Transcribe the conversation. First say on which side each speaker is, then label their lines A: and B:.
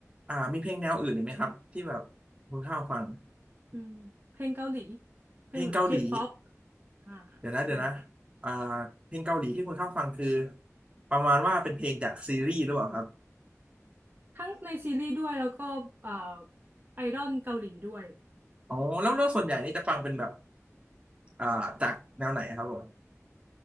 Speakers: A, on the right (about 20°); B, on the right (about 35°).
A: อ่ามีเพลงแนวอื่นอีกไหมครับที่แบบคุณข้าวฟัง
B: อืมเพลงเกาหลีเพลงแบบเคป๊อป
A: เพลงเกาหลี
B: อ่า
A: เดี๋ยวนะเดี๋ยวนะ
B: ใช่ค่ะ
A: อ่าเพลงเกาหลีที่คุณข้าวฟังคือประมาณว่าเป็นเพลงจากซีรีส์หรือเปล่าครับ
B: ทั้งในซีรีส์ด้วยแล้วก็เอ่อไอดอลเกาหลีด้วย
A: อ๋อแล้วแล้วส่วนใหญ่นี่จะฟังเป็นแบบอ่าจากแนวไหนครับผม